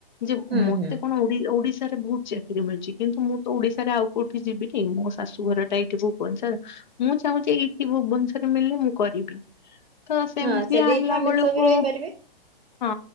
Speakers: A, on the left; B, on the right.
A: ଯେ
B: ହୁଁ
A: ମୋତେ
B: ହୁଁ
A: କଣ ଓଡି ଓଡିଶାରେ ବହୁତ ଚାକିରି ମିଳୁଛି। କିନ୍ତୁ ମୁଁ ତ ଓଡିଶାରେ ଆଉ କୋଉଁଠି ଯିବିନି ମୋ ଶାଶୁ ଘରଟା ଏଇଠି ଭୁବନେଶ୍ୱର। ମୁଁ ଚାହୁଁଛି ଏଇଠି ଭୁବନେଶ୍ଵରରେ ମିଳିଲେ ମୁଁ କରିବି। ତ ସେମିତିଆ
B: ହଁ ସେଇଠି
A: ହେଲା
B: ଫ୍ୟାମିଲି
A: ବେଳକୁ
B: ସହ ବି ରହିପାରିବେ
A: ହଁ